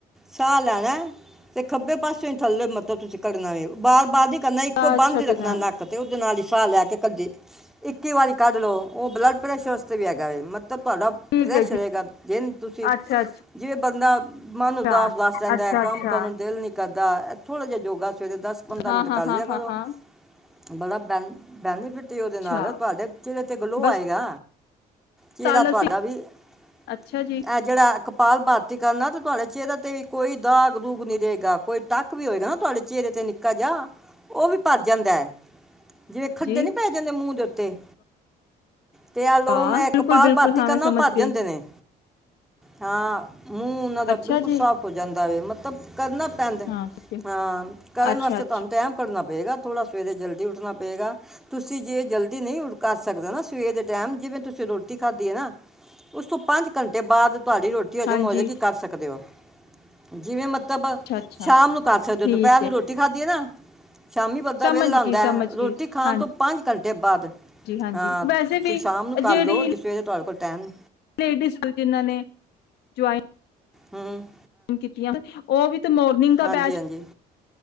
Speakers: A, in the centre; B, on the left.
A: ਸਾਹ ਲੈਣਾ ਤੇ ਖੱਬੇ ਪਾਸੇ ਹੀ ਥੱਲੇ ਮਤਲਬ ਤੁਸੀਂ ਕਢਣਾ ਵੇ। ਬਾਰ -ਬਾਰ ਨੀ ਕਰਨਾ ਇੱਕੋ
B: ਕਾਰ
A: ਬੰਦ
B: ਛੱਡਣਾ
A: ਹੀ ਰੱਖਣਾ ਨੱਕ ।ਤੇ ਉਹਦੇ ਨਾਲ ਹੀ ਸਾਹ ਲੈ ਤੇ ਕੱਦੇੇ। ਇੱਕੀ ਵਾਰੀ ਕੱਰ ਲਲੋ । ਉਹ ਬਲਡ ਪ੍ਰੈਸ਼ਰ ਵਸਤੇ ਵੀ ਐਗਾ ਵੇ ।ਮਤ ਤਾਂ ਤੁਹਾਡਾ
B: ਠੀਕ
A: ਫ-ਰੈਸ਼
B: ਹੈ ਜੀ
A: ਰਹੇਗਾ ਦਿਨ ।ਤੁਸੀਂ
B: ਅੱਛਾ
A: ਜਿਵੇਂ ਬੰਦਾ ਮਨ
B: ਅੱਛਾ
A: ਉਦਾਸ ਉਦਾਸ ਰਹਿੰਦਾ
B: ਅੱਛਾ
A: ਏ। ਕੰਮ
B: ਅੱਛਾ
A: ਕਰਨ ਨੂੰ ਦਿਲ ਨੀ ਕਰਦਾ। ਥੋੜਾ ਜਿਆ ਯੋਗਾ ਸਵੇਰੇ ਦਸ ਪੰਦਰਾਂ
B: ਹਾਂ
A: ਮਿੰਟ ਕਰ
B: ਹਾਂ
A: ਲਿਆ
B: ਹਾਂ
A: ਕਰੋ।
B: ਹਾਂ ਹਾਂ
A: ਬੜਾ ਬੈ ਬੈਨੀਫਿਟ ਤੇ ਉਹਦੇ
B: ਅੱਛਾ
A: ਨਾਲ ਤੁਹਾਡੇ ਚੇਹਰੇ ਤੇ ਗਲੋਹ
B: ਬਸ
A: ਆਏਗਾ। ਚਿਹਰਾ
B: ਸਾਲ
A: ਤੁਹਾਡਾ
B: ਅਸੀਂ
A: ਵੀ। ਇਹ
B: ਅੱਛਾ ਜੀ
A: ਜਿਹੜਾ ਕ ਪਾਲ ਭਾਰਤੀ ਕਰਨਾ ਤ ਤੁਹਾਡੇ ਚਿਹਰੇ ਤੇ ਵੀ ਕੋਈ ਦਾਗ ਦੂਗ ਨੀ ਰਹੇਗਾ। ਕੋਈ ਟੱਕ ਵੀ ਹੋਏਗਾ ਨਾ ਤੁਹਾਡੇ ਚਿਹਰੇ ਤੇ ਨਿੱਕਾ ਜਿਹਾ, ਉਹ ਵੀ ਭਰ ਜਾਂਦਾ ਏ। ਜਿਵੇਂ ਖੱਡੇ
B: ਜੀ
A: ਨੀ ਪੈ ਜਾਂਦੇ ਮੂੰਹ ਦੇ ਉੱ ਤੇ ਤੇ ਏ ਆਲੋਮ
B: ਵਾਹ
A: ਏ
B: ਬਿਲਕੁਲ
A: ਕਪਾਲ
B: ਬਿਲਕੁਲ
A: ਪਾਰਤੀ
B: ਹਾਂ
A: ਕਰਨ
B: ਮੈਂ
A: ਨਾਲ
B: ਸਮਝ
A: ਭਰ
B: ਗਈ
A: ਜਾਂਦੇ ਨੇ। ਹਾਂ। ਮੂੰਹ ਉਹਨਾਂ ਦਾ
B: ਅੱਛਾ
A: ਬਿਲਕੁਲ
B: ਜੀ
A: ਸਾਫ਼ ਹੋ ਜਾਂਦਾ ਵੇ ਮਤਲਬ ਕਰਨਾ ਪੈਂਦਾ
B: ਹਾਂ ਠੀਕ ਹੈ
A: ਹਾਂ ਕਰਨ
B: ਅੱਛਾ
A: ਵਾਸਤੇ
B: ਅੱਛਾ
A: ਤੁਹਾਨੂੰ ਟੈਮ ਕਰਨਾ ਪਏਗਾ, ਥੋੜ੍ਹਾ ਸਵੇਰੇ ਜਲਦੀ ਉੱਠਣਾ ਪਏਗਾ। ਤੁਸੀਂ ਜੇ ਜਲਦੀ ਨਹੀਂ ਉੜ ਕਰ ਸਕਦੇ ਨਾ ਸਵੇਰ ਦੇ ਟੈਮ ਜਿਵੇਂ ਤੁਸੀਂ ਰੋਟੀ ਖਾਧੀ ਹੈ, ਨਾ ਉਸ ਤੋਂ ਪੰਜ ਘੰਟੇ ਬਾਅਦ ਤੁਹਾਡੀ ਰੋਟੀ ਹਜ਼ਮ
B: ਹਾਂਜੀ
A: ਹੋਜੇਗੀ, ਕਰ ਸਕਦੇ ਹੋ। ਜਿਵੇਂ ਮ ਤਬ
B: ਅੱਛਾ ਅੱਛਾ
A: ਸ਼ਾਮ ਨੂੰ ਕਰ ਸਕਦੇ
B: ਠੀਕ
A: ਹੋ ਦੁਪਹਿਰ ਨੂੰ
B: ਹੈ
A: ਰੋਟੀ ਖਾਧੀ ਹੈ ਨਾ ਸ਼ਾਮੀ ਬੱਦਾ
B: ਸਮਝ
A: ਵੇਹਲਾ
B: ਗਈ
A: ਹਉਂਦਾ
B: ਸਮਝ
A: ਹੈ, ਰੋਟੀ
B: ਗਈ
A: ਖਾਣ
B: ਹਾਂਜੀ
A: ਤੋਂ ਪੰਜ ਘੰਟੇ ਬਾਅਦ।
B: ਹਾਂਜੀ
A: ਹਾਂ, ਤੁਸੀਂ
B: ਵੈਸੇ ਵੀ
A: ਸ਼ਾਮ ਨੂੰ ਕਰ
B: ਜਿਹੜੀ
A: ਲਓ, ਜੇ ਸਵੇਰੇ ਤੁਹਾਡੇ ਕੋਲ ਟੈਮ
B: ਲੇਡੀਜ਼, ਜਿਨ੍ਹਾਂ ਨੇ ਜੁਆਇਨ
A: ਹੁੰ
B: ਮ ਕੀਤੀਆਂ ਉਹ ਵੀ ਮੋਰਨਿੰਗ ਦਾ
A: ਹਾਂਜੀ
B: ਬੈਚ
A: ਹਾਂਜੀ